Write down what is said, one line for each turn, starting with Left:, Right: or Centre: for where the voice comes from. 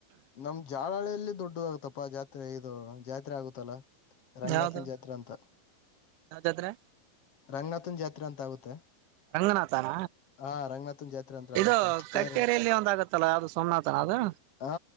Left: ನಮ್ ಜಾಲಹಳ್ಳಿಯಲ್ಲಿ ದೊಡ್ಡು ಆಗತಪ್ಪಾ ಜಾತ್ರೆ ಇದು ಜಾತ್ರೆ ಆಗತ್ತಲ್ಲಾ ರಂಗನಾಥನ್
Right: ಯಾವ್ದು
Left: ಜಾತ್ರೆ ಅಂತ
Right: ಯಾವ ಜಾತ್ರೆ
Left: ರಂಗನಾಥನ್ ಜಾತ್ರೆ ಅಂತ ಆಗುತ್ತೆ
Right: ರಂಗನಾಥಾನ
Left: ಹಾ ರಂಗನಾಥನ್ ಜಾತ್ರೆ ಅಂತ ಆಗುತ್ತೆ
Right: ಇದು
Left: ತೇರ್
Right: ಕಕ್ಕೇರಿಲ್ಲಿ
Left: ಎಳ್-
Right: ಒಂದಾಗತ್ತಲ್ಲ ಅದು ಸೋಮನಾಥನ ಅದು
Left: ಹಾ